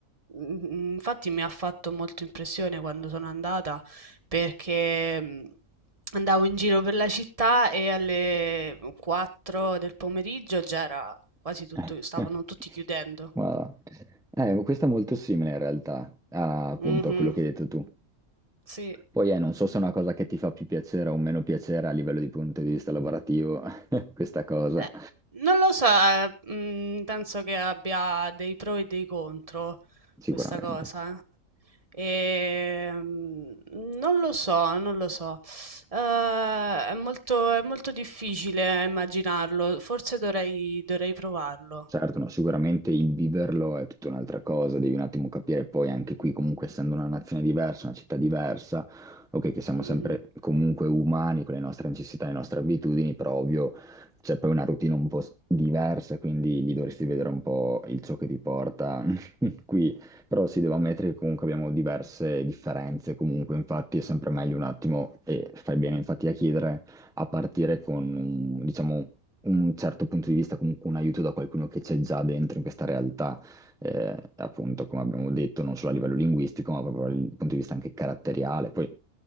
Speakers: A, on the right; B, in the centre.
A: mm, infatti mi ha fatto molto impressione quando sono andata, perché mm, andavo in giro per la città e alle 4 del pomeriggio già era quasi tutto,
B: <laughs>
A: stavano tutti chiudendo.
B: Ma, eh, questo è molto simile in realtà a, appunto
A: Mhm,
B: a quello che hai detto tu.
A: sì.
B: Poi eh, non so se è una cosa che ti fa più piacere o meno piacere a livello di punto di vista lavorativo, <laughs> questa cosa,
A: Eh, non lo so, eh, mm, penso che abbia dei pro e dei contro
B: sicuramente.
A: questa cosa, eh. Ehm, non lo so, non lo so. Eh, è molto, è molto difficile immaginarlo. Forse dovrei, dovrei provarlo.
B: Certo, no, sicuramente il viverlo è tutta un'altra cosa, devi un attimo capire poi anche qui, comunque essendo una nazione diversa, una città diversa, ok, che siamo
A: Mhm,
B: sempre comunque umani con le nostre necessità, le nostre abitudini, però ovvio c'è poi una routine un po' s- diversa, quindi gli dovresti vedere un po' il ciò che ti porta <laughs> qui, però si deve ammettere che comunque abbiamo diverse differenze, comunque infatti è sempre meglio un attimo, e fai bene infatti a chiedere, a partire con un, diciamo, un certo punto di vista, comunque un aiuto da qualcuno che c'è già dentro in questa realtà, eh, appunto, come abbiamo detto, non solo a livello linguistico, ma proprio dal punto di vista anche caratteriale. Poi,